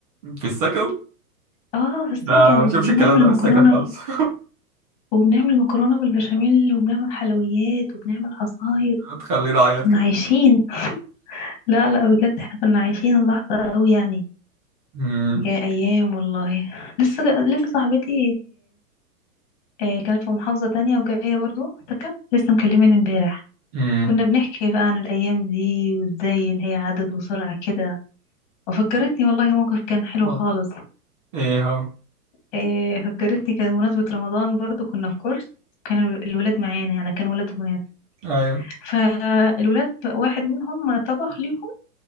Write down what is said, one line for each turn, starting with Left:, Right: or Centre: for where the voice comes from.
Right: في السكن
Left: اه في السكن
Right: لا ما بشوفش
Left: وبنعمل
Right: الكلام ده من
Left: مكرونه
Right: السكن خالص <laughs>
Left: وبنعمل مكرونه بالبشاميل وبنعمل حلويات وبنعمل عصاير
Right: هتخليني اعيط
Left: كنا
Right: كده
Left: عايشين لا لا بجد احنا كنا عايشين اللحظه قوي يعني
Right: أمم،
Left: يا ايام والله لسه لسه صاحبتي آه، كانت في محافظة تانية وجاية برضو سكن لسه مكلماني امبارح
Right: أمم،
Left: كنا بنحكي بقى عن الايام دي وازاي اللي هي عدد وسرعة كده وفكرتني والله موقف كان حلو
Right: والله.
Left: خالص
Right: ايه هو
Left: آه، فكرتني كان مناسبة رمضان برضو كنا في كورس كان ال- الولاد معانا يعني كان ولاد وبنات
Right: ايوه
Left: فالولاد بقى واحد منهم طبخ ليهم